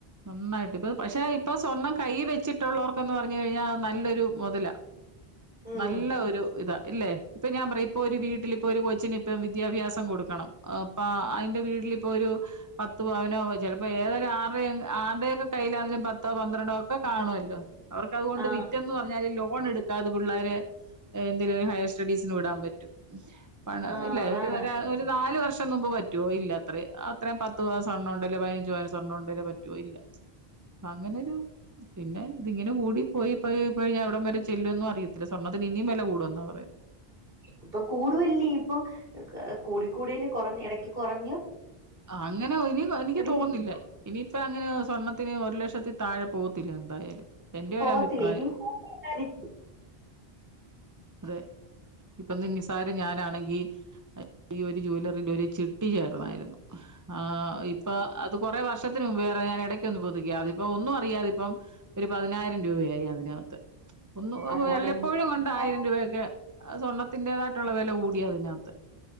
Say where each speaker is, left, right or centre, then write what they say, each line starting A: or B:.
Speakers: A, on the right; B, on the right.
A: നന്നായിട്ട് ഇപ്പം പക്ഷെ ഇപ്പം സ്വർണ്ണം കയ്യി വെച്ചിട്ടുള്ളോർക്കെന്ന് പറഞ്ഞ് കഴിഞ്ഞാ നല്ലൊരു മൊതലാ
B: ഉം
A: നല്ല ഒരു ഇതാ ഇല്ലേ ഇപ്പൊ ഞാൻ പറയാ ഇപ്പൊ ഒരു വീട്ടിലിപ്പൊ ഒരു കൊച്ചിന് ഇപ്പം വിദ്യാഭ്യാസം കൊട് ക്കെണം അപ്പ അയിന്റെ വീട്ടി ഇപ്പൊ ഒരു പത്ത് പവനോ ചിലപ്പോ ഏതൊരു ആറി ആര്ടെ ഒക്കെ കയ്യിയിലായെലും പത്തോ പന്ത്രണ്ടോ ഒക്കെ കാണുവെല്ലോ? അവർക്ക് അതുകൊണ്ട്
B: ആഹ്
A: വിറ്റെന്ന് പറഞ്ഞാലും ലോ ലോൺ എടുക്കാതെ പുള്ളേരെ എന്തിലെലും ഹയെർ സ്റ്റഡീസിന് വിടാൻ പറ്റും പണം
B: ആഹ്
A: ഇല്ലെ?
B: അതാണ്
A: ഒര് വെരാ ഒര് നാല് വർ ഷം മുമ്പ് പറ്റോ ഇല്ലാ അത്രിം അത്രേം പത്ത് പവൻ സ്വർണ്ണോണ്ടല്ലേ പതിനഞ്ച് പവൻ സ്വർണ്ണോണ്ടല്ലേ പറ്റുവോ ഇല്ല അങ്ങനൊരു പിന്നെ ഇതിങ്ങനെ കൂടി പോയി പോയിപ്പോയി അവിടം വരെ ചെല്ലുവൊന്നും അറിയത്തില്ല സ്വർണ്ണത്തിന് ഇനിയും വെല കൂടുവെന്നാ പറയുന്നെ
B: ഇപ്പം കൂടുവല്ലേ ഇപ്പം കൂടിക്കൂടിയല്ലേ കൊറഞ് എടക്ക് കൊറഞ്
A: അങ്ങനെ <unintelligible> ഇനി എനിക്ക് തോന്നുന്നില്ല
B: ഇരിക്കും
A: ഇനിയിപ്പ അങ്ങനെ സ്വർണ ത്തിന് ഒരു ലക്ഷത്തി താഴെ പോവത്തില്ല എന്തായാലും എന്റെ
B: പോവത്തില്ല
A: ഒരഭിപ്രായം
B: ഇനി <unintelligible>
A: അതെ ഇപ്പം ഇന്ന് ഈ നിസാരി ഞാനാണെങ്കി ഈ ഒര് ജ്വല്ലെറി ഒര് ചിട്ടി ചേർന്നായിരുന്നു. ആഹ് ഇപ്പ അതു കൊറെ വർഷത്തിന് മുമ്പ് വേറെ ഞാൻ എടയ്ക്കൊന്ന് പുതിക്കി അതിപ്പൊ ഒന്നും അറിയാതിപ്പം ഒരു പതിനായിരം രൂപയായി അതിനകത്ത് ഒന്ന് എ
B: അതുകൊണ്ട്
A: വല്ലപ്പോഴും
B: എന്ത്
A: ഒണ്ടായി സ്വർണത്തിന്റേതായിട്ടുള്ള വില കൂടി അതിനകത്ത്